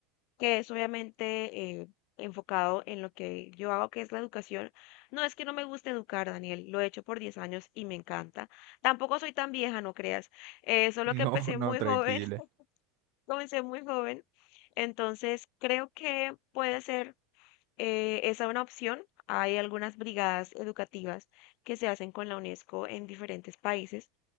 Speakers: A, on the left (about 60°); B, on the right (about 60°).
A: que es obviamente eh, enfocado en lo que yo hago, que es la educación. No es que no me guste educar, Daniel, lo he hecho por 10 años y me encanta. Tampoco soy tan vieja, no creas, eh, solo
B: No,
A: que empecé
B: no,
A: muy
B: tranquila.
A: joven, <laughs> comencé muy joven. Entonces, creo que puede ser eh, esa una opción. Hay algunas brigadas educativas que se hacen con la UNESCO en diferentes países